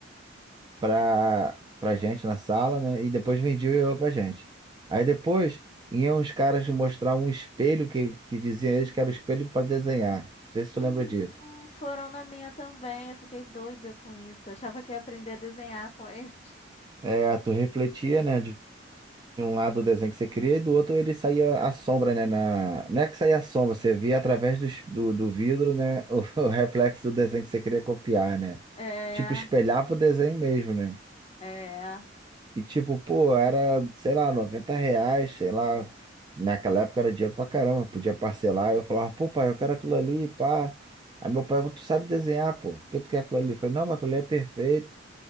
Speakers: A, on the right (about 25°); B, on the left (about 30°).
A: pra, pra gente na sala, né? E depois vendia o ioiô pra gente. Aí depois iam os caras mostrar um espelho que, que diziam eles que era o espelho para desenhar. Não sei se
B: hum,
A: tu lembra disso.
B: hum, foram na minha também. Eu fiquei doida com isso. Achava que ia aprender a desenhar com eles. <laughs>
A: É, tu refletia, né? De de um lado o desenho que você queria e do outro ele saía a sombra, né? Na... Não é que saía a sombra, você via através do, es- do, do vidro, né? <laughs> O, o reflexo do desenho que você queria copiar, né?
B: É,
A: Tipo, espelhava o desenho mesmo, né?
B: é.
A: E tipo, pô, era, sei lá, 90 reais, sei lá. Naquela época era dinheiro pra caramba, podia parcelar. Eu falava, pô, pai, eu quero aquilo ali, pá. Aí meu pai, tu sabe desenhar, pô, por que tu quer aquilo ali? Eu falei, não, mas aquilo ali é perfeito.